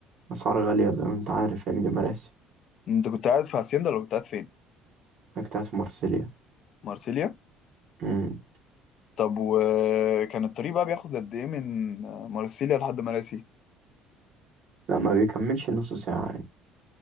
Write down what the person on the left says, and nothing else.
انت كنت قاعد في هاسيندا ولا كنت قاعد فين؟
مارسيليا
طب وكان الطريق بقى بياخد قد ايه من مارسيليا لحد مراسي؟